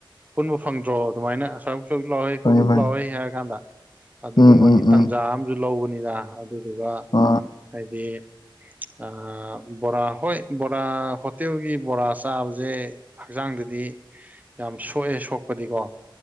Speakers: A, on the right; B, on the left.
A: ꯄꯨꯟꯕ ꯐꯪꯗ꯭ꯔꯣ ꯑꯗꯨꯃꯥꯏꯅ <unintelligible> ꯆꯧꯖꯤ ꯂꯥꯎꯍꯦ
B: ꯐꯪꯉꯦ
A: ꯈꯣꯠꯂꯨꯖꯤ
B: ꯐꯪꯉꯦ
A: ꯂꯥꯎꯍꯦ ꯍꯥꯏꯔ ꯀꯥꯟꯗ ꯑꯗꯨꯒꯨꯝꯕꯒꯤ
B: ꯎꯝ ꯎꯝ ꯎꯝ
A: ꯇꯥꯟꯖꯥ ꯑꯝꯖꯨ ꯂꯧꯕꯅꯤꯅ ꯑꯗꯨꯗꯨꯒ
B: ꯑ
A: ꯍꯥꯏꯗꯤ ꯑꯥ ꯕꯣꯔꯥ ꯍꯣꯏ ꯕꯣꯔꯥ ꯍꯣꯇꯦꯜꯒꯤ ꯕꯣꯔꯥ ꯆꯥꯕꯖꯦ ꯍꯛꯆꯥꯡꯗꯗꯤ ꯌꯥꯝ ꯁꯣꯛꯑꯦ ꯁꯣꯛꯄꯗꯤꯀꯣ